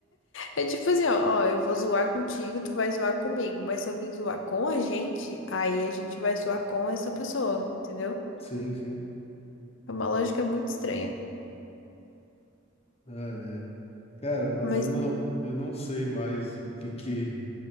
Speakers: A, on the left (about 65°); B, on the left (about 30°).
A: é tipo assim, ó, ó, eu vou zoar contigo, tu vai zoar comigo, mas se alguém zoar com a gente, aí a gente vai zoar com essa pessoa, entendeu?
B: Sim, sim.
A: É uma lógica muito estranha.
B: Ah, é. Cara, mas
A: Mas
B: eu não, eu não sei mais o que que,